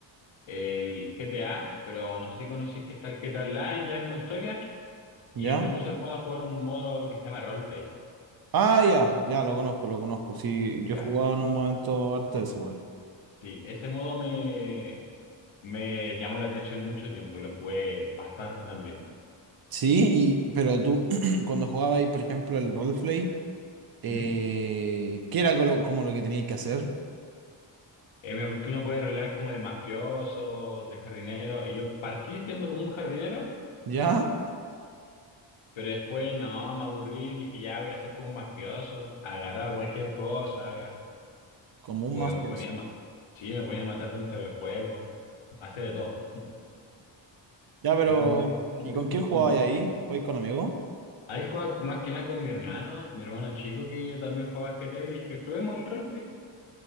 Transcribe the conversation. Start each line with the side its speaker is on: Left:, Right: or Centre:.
Left: el GTA, pero no sé si conocís que está el GTA Online ya en modo historia y
Right: ¿Ya?
Left: se puso de moda jugar un modo que se llama Roleplay.
Right: Ah, ya, ya, lo conozco, lo conozco. Sí, yo
Left: Ya,
Right: he jugado en un momento harto de ese, igual.
Left: sí, ese modo me, me llamó la atención mucho tiempo y lo jugué bastante también.
Right: Sí, y, pero tú, <clears throat> cuando jugabas ahí, por ejemplo, el roleplay, eh,
Left: ¿Mm?
Right: ¿qué era colo- como, lo que tenías que hacer?
Left: Eh, porque uno puede rolear como de mafioso, de jardinero, y yo partí siendo como un jardinero.
Right: ¿Ya?
Left: Pero después no, me aburrí, dije ya voy a ser como un mafioso, agarraba cualquier cosa,
Right: Como un
Left: Como
Right: mafioso.
Left: que me ponía a ma- Sí, me ponía a matar dentro del juego. Hacía de todo.
Right: Ya, pero
Left: Y como que es horrible,
Right: ¿y con quién jugabas
Left: como
Right: ahí?
Left: que...
Right: ¿Jugabas con amigos?
Left: Ahí jugaba más que nada con mi hermano, mi hermano chico que también jugaba GTA y le dije, probemos el roleplay.